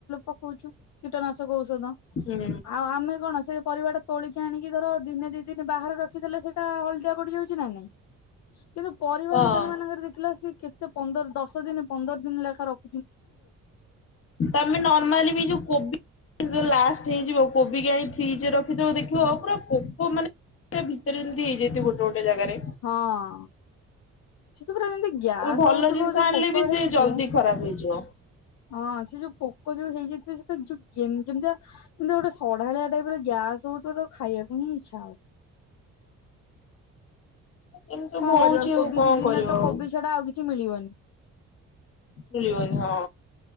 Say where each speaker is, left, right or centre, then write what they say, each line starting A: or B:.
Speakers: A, on the left; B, on the left.
A: ପକଉଛୁ କୀଟନାଶକ ଔଷଧ
B: ହୁଁ
A: ଆଉ ଆମେ କଣ ସେ <unintelligible> ତୋଳିକି ଆଣିକି ଧର ଦିନେ ଦି ଦିନ ବାହାରେ ରଖିଦେଲେ ସେଇଟା ହଳଦିଆ ପଡ଼ି ଯାଉଛି ନା ନାଇଁ। କିନ୍ତୁ ପରିବା
B: ହଁ।
A: ଦୋକାନୀ ମାନଙ୍କରେ ଦେଖିଲ ସ କେତେ ପନ୍ଦର ଦଶ ଦିନ ପନ୍ଦର ଦିନ ଲେଖା ରଖ୍।
B: ତମେ ନର୍ମାଲି ବି ଯୋଉ କୋବି ଲାସ୍ ଟ୍ ହେଇଯିବ କୋବି ଆଣି ଫ୍ରିଜରେ ରଖିଥିବ ଦେଖିବ ଆଉ ପୁରା ପୋକ ମାନେ ତା ଭିତରେ ଯେମିତି ହେଇଯାଇଥିବେ ଗୋଟେ ଗୋଟେ। ଜାଗାରେ।
A: ହଁ।
B: ତମେ
A: ତା ପରେ ଯେମତି ଗ୍ୟାସ
B: ଭଲ
A: ହଉଥିବ
B: ଜିନିଷ
A: ଯୋଉ
B: ଆଣିଲେ
A: ପୋକ
B: ବି
A: ହେଇଯାଇଥିବେ
B: ସେ ଜଲ୍ଦି ଖରାପ ହେଇଯିବ।
A: ହଁ ସେ ପୋକ ଯୋଉ ହେଇଯାଇଥିବେ ସେ ତ ଯୋଉ ଯେମିତିକା ଗୋଟେ ସଢାଳିଆ ଟାଇପ ର ଗ୍ୟାସ ହଉଥିବ ତାକୁ ଖାଇବାକୁ ହିଁ ଇଚ୍ଛା ହବନି।
B: ଏମିତି ସବୁ
A: କଣ
B: ହଉଛି
A: କରିବା କୋବି
B: ଆଉ କଣ
A: ସିଜିନ୍
B: କରିବ
A: ରେ ତ
B: ଆଉ
A: କୋବି ଛଡା ଆଉ କିଛି ମିଳିବନି।
B: ମିଳିବନି ହଁ।